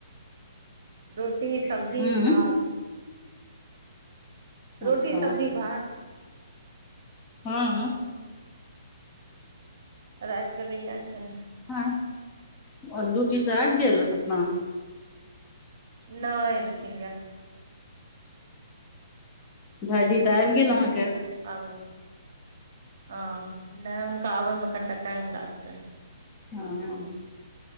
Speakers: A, on the right; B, on the left.
A: रोटी सब्जी
B: बन
A: भात। रोटी
B: अच्छा
A: सब्जी भात।
B: ह ह
A: रातिके तऽ इएह छै
B: ह अदूटी दुटी से आबि गेल अपना
A: नहि लिखिनय
B: भाजी तऽ आबि गेल अहाँकेँ
A: आबै ह नहि हुनका आबैमे कनिटा टाइम लागतै
B: ह